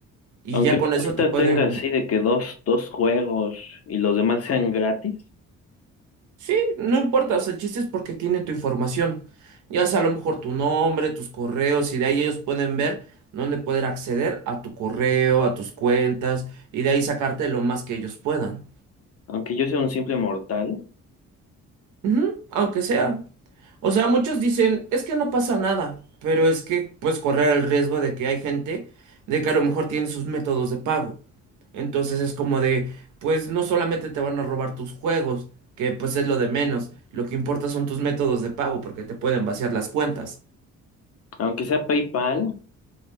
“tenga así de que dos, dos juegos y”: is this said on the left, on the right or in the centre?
Left